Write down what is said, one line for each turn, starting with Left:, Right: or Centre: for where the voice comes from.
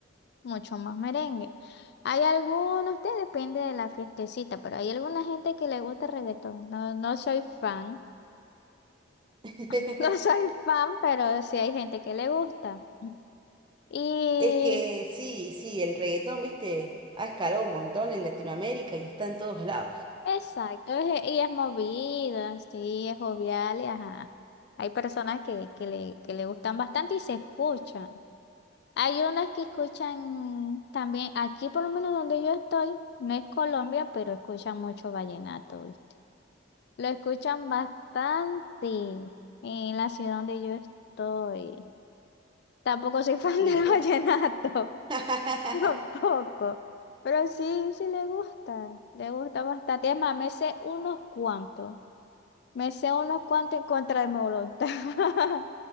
Left: mucho más merengue. Hay algunos, te depende de la fiestecita, pero hay alguna gente que le gusta el reggaetón. No, no soy fan,
Right: <laughs>
Left: <laughs> no soy fan, pero sí hay gente que le gusta. Y
Right: Es que sí, sí, el reggaetón, viste, ha escalado un montón en Latinoamérica y está en todos lados.
Left: exacto, es- y es movida, sí, es jovial, y ajá. Hay personas que, que le, que le gustan bastante y se escuchan. Hay unas que escuchan también, aquí por lo menos donde yo estoy, no es Colombia, pero escuchan mucho vallenato, ¿viste? Lo escuchan bastante en la ciudad donde yo estoy. Tampoco soy fan
Right: Mira.
Left: <laughs> del vallenato,
Right: <laughs>
Left: tampoco. Pero sí, sí le gusta, le gusta bastante. Es más, me sé unos cuantos. Me sé unos cuantos en contra de mi voluntad. <laughs>